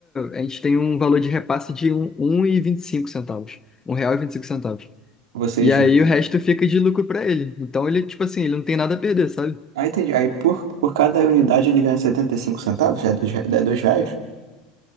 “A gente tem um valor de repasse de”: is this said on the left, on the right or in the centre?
Left